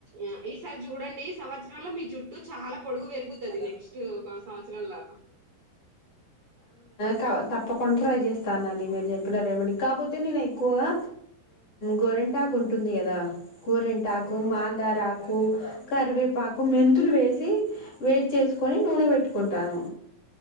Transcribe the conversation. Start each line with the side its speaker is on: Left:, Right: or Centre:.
Right: ఆ ఈసారి చూడండి ఈ సంవత్సరంలో మీ జుట్టు చాలా పొడుగు పెరుగుతది
Left: అ
Right: నెక్స్ట్ ఒక సంవత్సరంలా
Left: క అవు తప్పకుండా ట్రై చేస్తాను అది మీరు చెప్పిన రేమ కాకపోతే నేను ఎక్కువగా గోరింటాకు ఉంటుంది కదా గోరింటాకు మాందారాకు కరివేపాకు మెంతులు వేసి వేడి చేసుకుొని నూనె పెట్టుకుంటాను